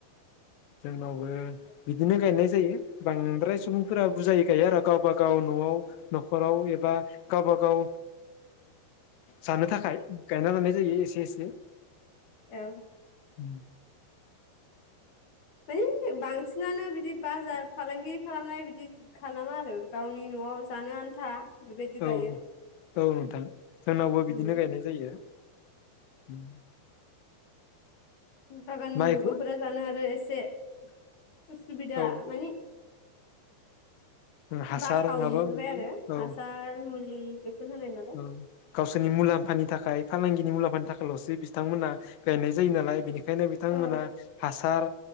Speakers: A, on the left (about 85°); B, on the left (about 55°).
A: जोंनावबो बिदिनो गायनाय जायो बांद्राय सुबुंफोरा बुजायो। गायो आरो गावबा गाव गाव न'आव न'खराव बा गावबा गाव जानो थाखाय गायना लानाय जायो एसे एसे
B: औ
A: उम।
B: माने बांसिनानो बिदि बाजार फालांगि खालामनाय बिदि खालामा आरो गावनि न'आव जानो आन्था बेबायदि
A: औ
B: गायो
A: औ नोंथां जोंनावबो
B: उम
A: बिदिनो गायनाय जायो। उम।
B: बागाननि
A: माइखौ
B: मैगंफोरा जानो आरो एसे से असुबिदा
A: औ
B: माने
A: हासार
B: बाथाव
A: माबा
B: नुहुरबाय आरो
A: औ
B: हासार मुलि बेफोर होनाय नालाय
A: औ गावसोरनि मुलाम्फानि थाखाय फालांगिनि मुलाम्फानि थाखायल'सो बिथांमोना गायनाय जायो नालाय बेनिखा ओंखायनो बिथांमोना
B: औ
A: हासार